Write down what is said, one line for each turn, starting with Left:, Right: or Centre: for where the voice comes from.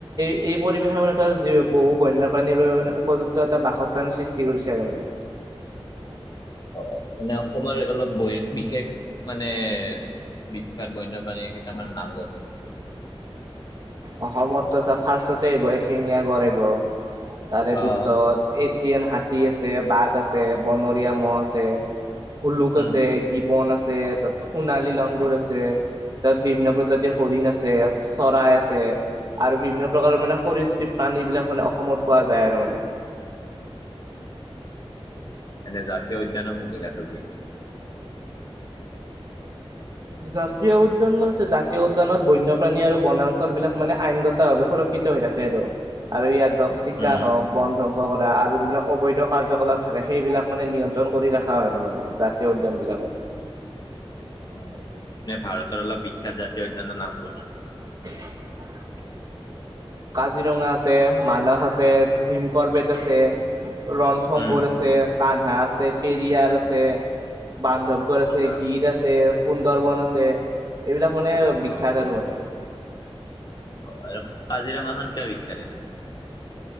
Right: এই এই পৰিৱেশে মানে ধৰ বহু বন্যপ্ৰাণীৰ বাবে মানে উপযুক্ত এটা বাসস্থানৰ সৃষ্টি কৰিছে আৰু মানে
Left: অ এনে অসমৰ অলপ বিশেষ মানে বিখ্যাত বন্যপাণীৰ কেইটামান নাম কচোন
Right: অসমত চ ফাৰ্ষ্টতে আহিব এশিঙীয়া গড় আহব তাৰে পিছত
Left: অ',
Right: এছিয়ান হাতী আছে বাঘ আছে বনৰীয়া মহ' আছে হুলুক
Left: উম।
Right: আছে গিবন আছে তাত সোণালী লংগুৰ আছে তাত বিভিন্ন প্ৰজাতিৰ হৰিণ আছে চৰাই আছে আৰু বিভিন্ন প্ৰকাৰৰ
Left: অ',
Right: মানে খৰ চ প্ৰাণী বিলাক মানে অসমত পোৱা যায় আৰু মানে
Left: এনে জাতীয় উদ্যানৰ ভূমিকা তুটি
Right: জাতীয় উদ্যান মানে জাতীয় উদ্যানত বন্যপ্ৰাণী আৰু বনাঞ্চল বিলাক মানে আইনগতাে সুৰক্ষা কৃত হৈ থাকে আৰুটো আৰু ইয়াত চিকা
Left: উম
Right: হওক বন ধ্বংস কৰা আৰু যিবিলাক অবৈধ কাৰ্যকলাপ থাকে সেইবিলাক মানে নিয়ন্ত্ৰণ কৰি ৰখা হয় মানে যাক তেওঁ উদ্যানবিলাকত
Left: অ নে ভাৰতৰ অল বিখ্যাত জাতীয় উদ্্যান ন নাম ব'চ
Right: <inaudible>
Left: <inaudible>
Right: কাজিৰঙা আছে- মানস আছে- জিমকৰ্বেেত আছে- ৰন্থমবোৰ
Left: উম
Right: আছে কানহা আছে পেৰিয়াৰ আছে বান্ধৱ
Left: আচ্ছা
Right: আছে গীত আছে- সুন্দৰ বন আছে -এইবিলাক মানে বিখ্য্াত
Left: অ অ
Right: আৰু মানে
Left: অ আৰু কাজিৰঙাখন কিয় বিখ্যাত এনে